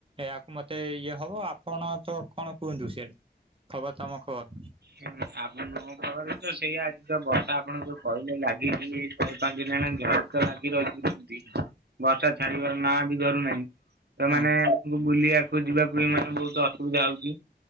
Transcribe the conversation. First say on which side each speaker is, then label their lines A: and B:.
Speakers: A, on the right; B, on the right.
A: ଏହାକୁ ମତେ ଇଏ ହବ ଆପଣ ତ କଣ କୁହନ୍ତୁ ସିଆଡେ ଖବର ତମ ଖବର?
B: ହୁଁ ଆମ ମୋ ଖବରତ ସେଇୟା। ଆଜି ତ ବର୍ଷା ଆପଣ ଯୋଉ କହିଲେ ଲାଗିଚି ଏଇ ଚାରି ପାଞ୍ଚିଦିନି ହେଲାଣି। ଝଡିତ ଲାଗି ରହିଚି ଏମିତି ବର୍ଷା ଛାଡିବାର ନାଁ ବି ଧରୁନାହିଁ। ତ ମାନେ
A: ହଁ
B: ଆମକୁ ବୁଲିବାକୁ ଯିବାକୁ ବି ମାନେ ବୋହୁତ ଅସୁବିଧା ହୋଉଚି।